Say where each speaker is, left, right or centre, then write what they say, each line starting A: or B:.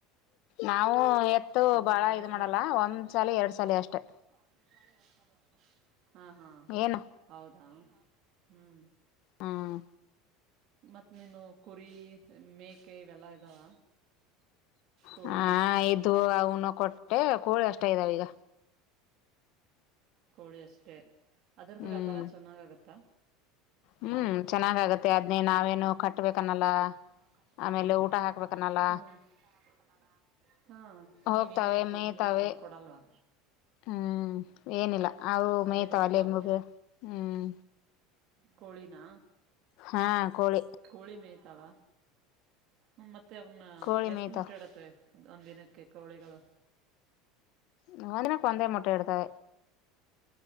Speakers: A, on the left (about 50°); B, on the right (about 40°).
A: ನಾವವು ಎತ್ತು ಬಾಳ
B: ನಿಮ್ಮ ಮನೇಲಿ
A: ಇದ ಮಾಡಲ್ಲ ಒಂದ್ ಸಲಿ ಎರಡ್ ಸಾಲ ಅಷ್ಟೆ
B: ಒಚಾಲ ಎರ್ಸ ವರ್ತಾರೆ ಹಾ ಹಾ
A: ಏನು
B: ಹೌದಾ ಹ್ಮ್
A: ಹ್ಮ್
B: ಮ ನೀನು ಕುರಿ ಮೇಕೆ ಇವೆಲ್ಲ ಇದಾವ ಕೋಳಿ
A: ಹ ದುವ ಅವ ನ ಕಟ್ಟ ಏ ಕೋಳಿ ಅಷ್ಟ ಇದ್ದಾವೀಗ
B: ಕೋಳಿ ಅಷ್ಟೇ ಅದರದ್ದು
A: ಹ್ಮ್
B: ವ್ಯಾಪಾರ ಚೆನ್ನಾಗ ಆಗತ್ತಾ
A: ಹ್ಮ್ ಚೆನ್ನಾಗಗತ್ತೆ ಆದದ್ನೇ ನಾವೇನು ಕಟ್ಬೇಕನ್ನಲ್ಲ
B: ಕಾಸರಿ
A: ಆಮೇಲೆ
B: ಕನಲ್ಲ
A: ಊಟ ಹಾಕ್ಬೇಕನ್ನಲ್ಲ
B: ಹ ಹಾ
A: ಹೋಗ್ತಾವೆ
B: ನೀವೇನದ ಕೂಲ್ಗಲ್
A: ಮೇಯ್ತಾವೆ
B: ತಂದ್ ಕೊಡಲ್ವಾ
A: ಹ್ಮ್ ಏನಿಲ್ಲ ಅವು
B: ತಾವೇ
A: ಮೇಯ್ತಾವಲ್ಲೆ
B: ಹೋಗ್ತಾವೆ
A: ಮಗ ಹ್ಮ್
B: ಕೋಳಿನ
A: ಹಾ ಕೋಳಿ
B: ಕೋಳಿ ಮೇಯ್ತಾವ ಹ್ಮ ಮತ್ತೆ ಅವ್ನ್ನ
A: ಕೋಳಿ
B: ಎಷ್ಟು
A: ಮೇಯ್ತಾವ
B: ಮೊಟ್ಟೆ ಇಡತ್ತೆ ಒಂದ ದಿನಕ್ಕೆ ಕೋಳಿಗಳು
A: ನ ಅಂದಿನ ಕೊಂದಯ ಮೊಟ್ಟೆ ಎಡ್ತೆ